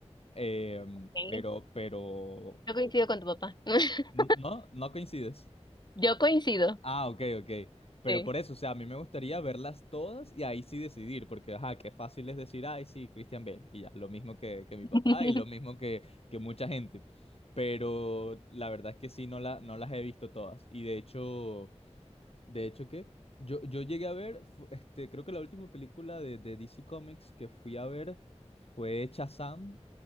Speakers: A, on the left; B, on the left.
A: em,
B: ok.
A: pero, pero,
B: Yo coincido con tu papá. <laughs>
A: n- no, no coincides.
B: Yo coincido.
A: Ah, ok, ok. Pero
B: Sí.
A: por eso, o sea, a mí me gustaría verlas todas y ahí sí decidir, porque, ajá, qué fácil es decir, ay, sí, Christian Bale, y ya, lo mismo que, que
B: <laughs>
A: mi papá y lo mismo que, que mucha gente. Pero la verdad es que sí, no, la, no las he visto todas. Y de hecho, de hecho, ¿qué? Yo, yo llegué a ver, fu- este, creo que la última película de, de DC Comics que fui a ver fue Shazam,